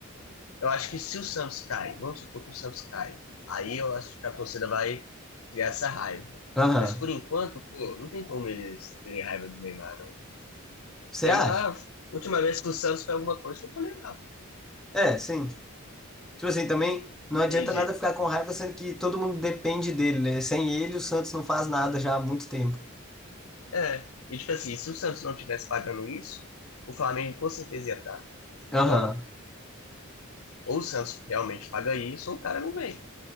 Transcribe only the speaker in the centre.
Aham.
Você
acha?
É, sim. Tipo assim, também não
adianta
nada ficar com raiva, sendo que todo mundo depende dele, né? Sem ele, o Santos não faz nada já há muito tempo.
Aham.